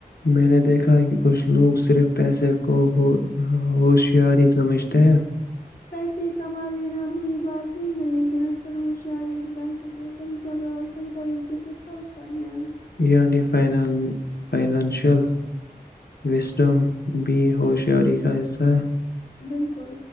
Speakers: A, on the left; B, on the left.
A: میں نے دیکھا ہے کہ کچھ لوگ صرف پیسے کو ہو ہاں ہوشیار ہی سمجھتے ہیں
B: پیسے کما لینا بری بات نہیں ہے لیکن الم ہوشیاری ان پیسوں کو صحیح جگہ اور صحیح طریقے سے خرچ کرنےئے
A: یعنی ف فائنانشل وسڈم بھی ہوشیاری کا حصہ ہے
B: بالکل